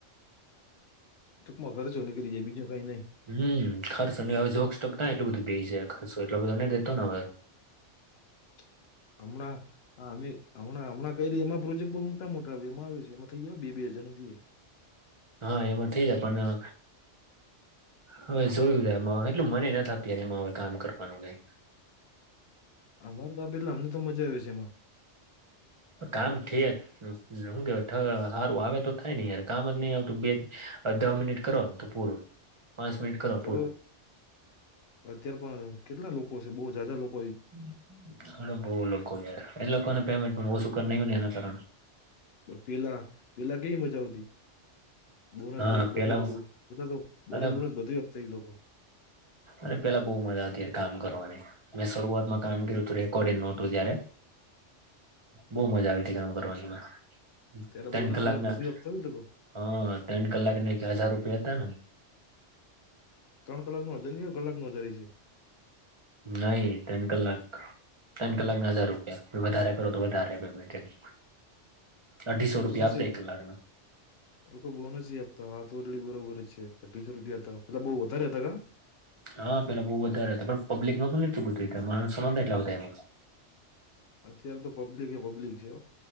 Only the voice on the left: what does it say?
ટૂંકમાં ઘરે જેવુ નીકળી જાય બીજું કઈ નહીં.
<inaudible> અમણાં. હા અમે હમણા હમણાં કયરા એમા પ્રોજેક્ટ બહુ મોટા મોટા આવે એમાં આવે છે એમાં થઈ જ બે હજાર નૂ થઈ.
અમારે તો પેલા અમને તો મજા આવે છે એમાં.
તો
અત્યારે પણ કેટલા લોકો છે, બહુ જાજા લોક.
બ પેલા પેલા કેવી મજા આવતી. બોનસ
બોનસ બધું
આવતુ એટલે તો
બોનસ બોનસ બધે આપતા એ લોકો.
<inaudible>
ત્યારે
બોનસ
બોનસ
બધું આપતા હોય એ લોકો
ત્રણ કલાક નો હજાર ની હોએ કલાક નો હજાર છે.
બોનસ
એ
લોકો બોનસ એ આપતા હાથ <unintelligible> બરોબર છે. વીસ રૂપિયા હતા મતલબ બહુ વધારે હતા કા
અત્યારે તો પબ્લિક એ પબ્લિક છે.